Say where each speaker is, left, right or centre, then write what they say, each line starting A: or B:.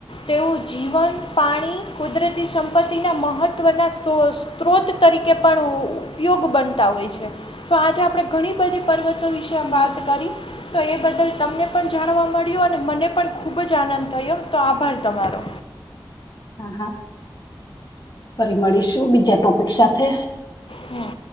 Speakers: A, on the left; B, on the left.
A: તેવું જીવન પાણી કુદરતી સંપત્તિના મહત્ત્વના સ્ત્રોત તરીકે પણ ઉપયોગ બનતા હોય છે તો આજે આપણે ઘણી બધી પર્વતો વિશે વાત કરી તો એ બદલ તમને પણ જાણવા મળ્યું અને મને પણ ખૂબ જ આનંદ થયો તો આભાર તમારો
B: હા હા ફરી મળીશું બીજા ટોપિક સાથે
A: હમ